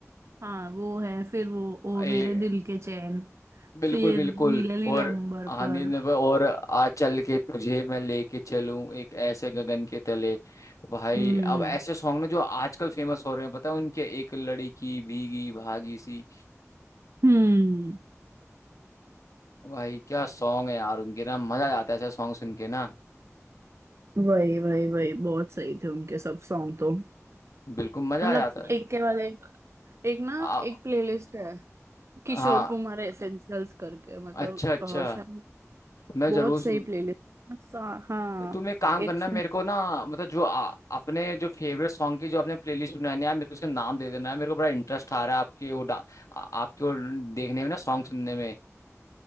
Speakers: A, on the right; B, on the left.
A: हाँ वो है फिर वो ओ
B: ए,
A: मेरे दिल के चैन
B: बिल्कुल
A: फिर
B: बिल्कुल
A: नीले नीले
B: और
A: अंबर
B: हाँ
A: पर
B: नींद में- और आज चल के तुझे मैं लेके चलूं एक ऐसे गगन के तले भाई
A: हम्म
B: अब ऐसे सॉन्ग ना जो आजकल फेमस हो रहे हैं पता है उनके एक लड़की भीगी भागी सी
A: हम्म
B: भाई क्या सॉन्ग है यार उनके ना मजा आ जाता है ऐसे सॉन्ग सुन के ना
A: वही वही वही बहुत सही थे उनके सब सॉन्ग तो
B: बिल्कुल मजा
A: मतलब
B: आ जाता है
A: एक के बाद एक एक ना
B: आ,
A: एक प्लेलिस्ट है किशोर
B: हाँ
A: कुमार एसेंशियल्स करके मतलब
B: अच्छा अच्छा
A: अ, शायद
B: मैं
A: बहुत
B: जरूर
A: सही
B: सुन
A: प्लेलिस्ट हाँ हाँ,
B: तुम एक काम
A: एक
B: करना
A: सुन
B: मेरे को ना मतलब जो आ, अपने जो फेवरेट सॉन्ग की जो आपने प्लेलिस्ट बनानी है यार मेरे को उसका नाम दे देना है मेरे को बड़ा इंटरेस्ट आ रहा है आपके वो डा- आ- आपके वो देखने में ना सॉन्ग सुनने में